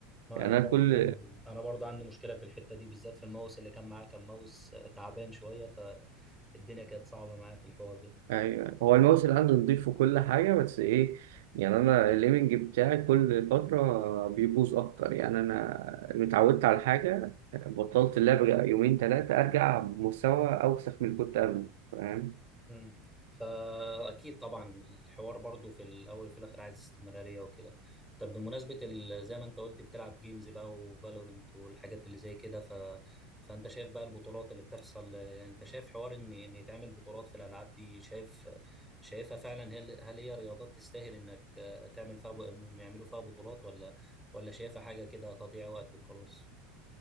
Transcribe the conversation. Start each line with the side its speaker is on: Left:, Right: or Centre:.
Centre: ما
Right: يعني
Centre: انا برضو
Right: أنا كل
Centre: انا برضو عندي مشكله في الحته دي بالذات في الماوس اللي كان معاه كان ماوس تعبان شويه فالدنيا كانت صعبه معاه في الحوار ده
Right: ايوه هو الماوس اللي عندي نضيف وكل حاجه بس ايه يعني انا الليمنج بتاعي كل فتره بيبوظ اكتر يعني انا اتعودت على حاجه بطلت اللعب يومين ثلاثه ارجع بمستوى اوسخ من اللي كنت قبله فاهم
Centre: امم فاكيد طبعا الحوار برضو في الاول وفي الاخر عايز استمراريه وكده طب بمناسبه ال- زي ما انت قلت بتلعب جيمز بقى وفالورنت والحاجات اللي زي كده ف... فانت شايف بقى البطولات اللي بتحصل آه، انت شايف حوار ان ان يتعمل بطولات في الالعاب دي شايف شايفها فعلا هل هل هي رياضات تستاهل انك آه، تعمل فيها ب- انهم يعملوا فيها بطولات ولا ولا شايفها حاجه كده تضييع وقت وخلاص